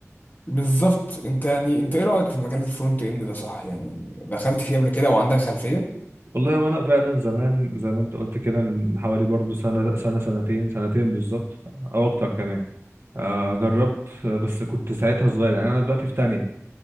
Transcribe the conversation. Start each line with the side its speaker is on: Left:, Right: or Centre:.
Left: بالظبط انت يعني انت ايه رأيك في مجال الفرونت اند ده صح يعني دخلت فيه قبل كده وعندك خلفية
Right: والله وانا فعلا زمان زي ما انت قلت كده من حوالي برضو سنة سنة سنتين سنتين بالظبط او اكتر كمان آه جربت آه، بس كنت ساعتها صغير يعني انا دلوقتي في تانية